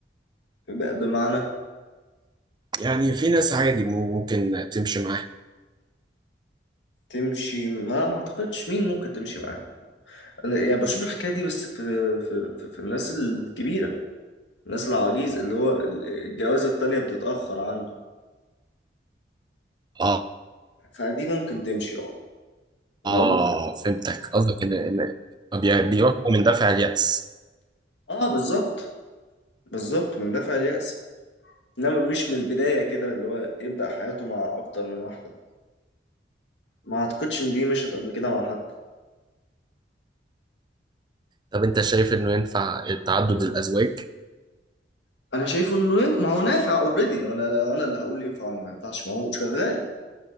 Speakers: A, on the left; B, on the right.
A: ب- بمعنى
B: يعني في ناس عادي ممكن تمشي معاها
A: تمشي ما ما اعتقدش مين ممكن تمشي معاه أنا يعني بشوف الحكاية دي بس في في في, في الناس الكبيرة الناس العواجيز اللي هو ال- الجوازة التانية بتتأخر عنده
B: اه
A: فدي ممكن تمشي اه
B: اه
A: ان هو
B: فهمتك قصدك ان ان بي- بيحكم من دافع اليأس
A: اه بالظبط بالظبط من دافع اليأس انما مش من البداية كده اللي هو يبدأ حياته مع اكتر من واحدة ما اعتقدش ان دي مشت قبل كده مع حد
B: طب انت شايف انه ينفع تعدد الازواج
A: انا شايفه انه ين- ما هو نافع اوريدي وانا انا اللي هقول ينفع ولا ما ينفعش ما هو شغال